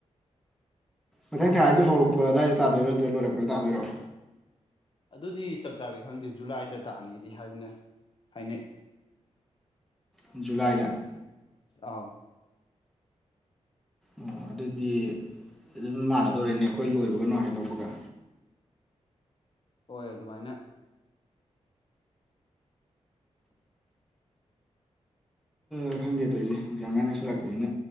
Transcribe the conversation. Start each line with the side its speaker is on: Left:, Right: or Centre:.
Centre: ꯃꯊꯪ ꯊꯥ ꯍꯥꯏꯁꯤꯦ ꯍꯧꯔꯛꯄ ꯑꯗꯥꯋꯥꯏꯗ ꯇꯥꯗꯣꯏꯔꯣ ꯅꯠꯇ꯭ꯔꯒ ꯂꯣꯏꯔꯛꯄꯗ ꯇꯥꯗꯣꯏꯔꯣ
Left: ꯑꯗꯨꯗꯤ ꯆꯞ ꯆꯥꯕꯤ ꯈꯪꯗꯦ ꯖꯨꯂꯥꯏꯗ ꯇꯥꯛꯅꯤꯗꯤ ꯍꯥꯏꯗꯅ ꯍꯥꯏꯅꯩ
Centre: ꯖꯨꯂꯥꯏꯗ
Left: ꯑꯥꯎ
Centre: ꯑꯣ ꯑꯗꯨꯗꯤ ꯑꯗꯨꯝ ꯃꯥꯟꯅꯗꯧꯔꯦꯅꯦ ꯑꯩꯈꯣꯏ ꯂꯣꯏꯕꯒꯅꯣ ꯍꯥꯏꯗꯣꯛꯄꯒ
Left: ꯍꯣꯏ ꯑꯗꯨꯃꯥꯏꯅ
Centre: ꯑ ꯈꯪꯗꯦ ꯇꯧꯁꯦ ꯑꯦꯛꯖꯥꯃꯥꯏ ꯅꯛꯁꯤꯜꯂꯛꯄꯅꯤꯅ